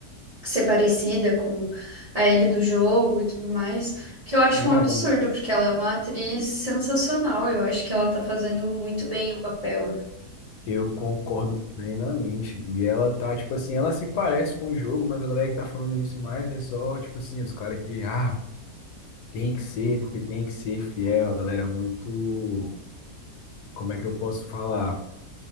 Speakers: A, on the right; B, on the left.
A: ser parecida com a Ellie do jogo e tudo mais, que eu acho
B: Ah,
A: um absurdo,
B: da-
A: porque ela é uma atriz sensacional, eu acho que ela tá fazendo muito bem o papel,
B: Eu concordo plenamente. E ela tá, tipo assim, ela se parece com o jogo, mas a galera que tá falando isso mais é só, tipo assim, os caras que, ah, tem que ser, porque tem que ser fiel, a galera muito, como é que eu posso falar?